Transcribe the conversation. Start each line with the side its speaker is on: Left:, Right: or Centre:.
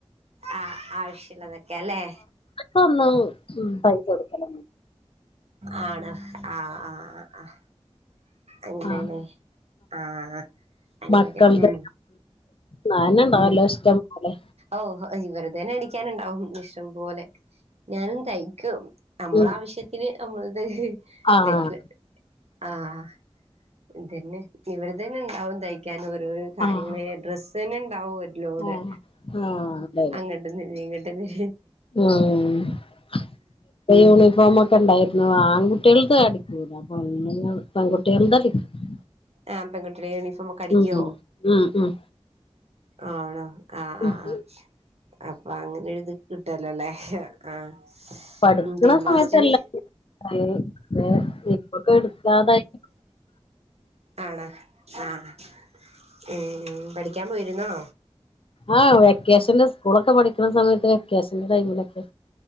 Right: ആഹ് ആവശ്യള്ളതൊക്കല്ലേ
Left: <unintelligible> ഉം പൈസ കൊടുക്കല
Right: ആണോ ആഹ് ആഹ് ആഹ് ആഹ് അങ്ങനെലെ
Left: ആഹ്
Right: ആഹ് ആഹ് ആഹ് അങ്ങനെക്കെ
Left: മക്കൾത്
Right: ഉം
Left: നാന ഉണ്ടാവല്ലോ
Right: ഉം
Left: ഇഷ്ടം പോലെ
Right: ഓഹ് ഇവരെ തന്നെ അടിക്കാനുണ്ടാവും ഇഷ്ടം പോലെ ഞാനും തയ്ക്കും നമ്മളാവശ്യത്തിന്
Left: ഉം
Right: നമ്മളത്
Left: ആഹ്
Right: തൈക്കണുണ്ട് ആഹ് ഇത്ന്നെ ഇവർ തന്നെ ഉണ്ടാവും തയ്ക്കാനും ഓരോരോ കാര്യങ്ങള്
Left: ആഹ്
Right: ഡ്രസ്സ് തന്നെ ഉണ്ടാവും ലോഡ്
Left: ആഹ് ആഹ് അതെല്ലേ
Right: അങ്ങോട്ട്ന്നില്ല ഇങ്ങോട്ട്ന്ന്
Left: ഉം <unintelligible> യൂണിഫോമൊക്കെ ഉണ്ടായിരുന്നു ആൺകുട്ടികൾത് അടിക്കൂല പെണ്ണുങ്ങൾ പെൺകുട്ടികൾടെ <unintelligible>
Right: ആഹ് പെൺകുട്ടിടെ യൂണിഫോമൊക്കെ അടിക്കുവോ
Left: ഉം ഉം ഉം
Right: ആണോ ആഹ്
Left: ഉം
Right: ആഹ് ആഹ് അപ്പൊ അങ്ങനെ എഴുതി കിട്ടുവല്ലോ അല്ലേ ആഹ്
Left: പഠിക്കണ
Right: ഉം ടൈം
Left: സമയത്തെല്ല
Right: പാസ്റ്റിന്
Left: <unintelligible> ഇപ്പൊക്കെ എടുക്കാതായി
Right: ആണോ ആഹ് ഉം പഠിക്കാൻ പോയിരുന്നോ
Left: ആഹ് വെക്കേഷന്റെ സ്കൂളൊക്കെ പഠിക്കുന്ന സമയത്ത് വെക്കേഷന്റെ ടൈമിലൊക്കെ